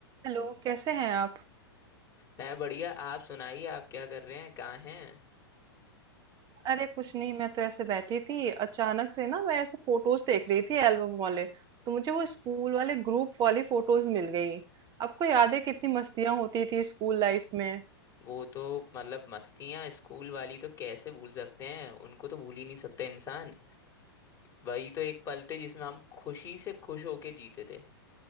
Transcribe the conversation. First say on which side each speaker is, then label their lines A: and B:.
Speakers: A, on the right (about 30°); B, on the left (about 20°).
A: Hello कैसे हैं आप
B: मैं बढ़िया आप सुनाइए आप क्या कर रहे हैं कहाँ हैं
A: अरे कुछ नहीं मैं तो ऐसे बैठी थी अचानक से ना मैं ऐसे फोटोज देख रही थी एल्बम वाले तो मुझे वो स्कूल वाले ग्रुप वाली फोटोज मिल गई आपको याद है कितनी मस्तियां होती थी स्कूल लाइफ में
B: वो तो मतलब मस्तियाँ स्कूल वाली तो कैसे भूल सकते हैं उनको तो भूल ही नहीं सकते इंसान वही तो एक पल थे जिसमें हम खुशी से खुश होके जीते थे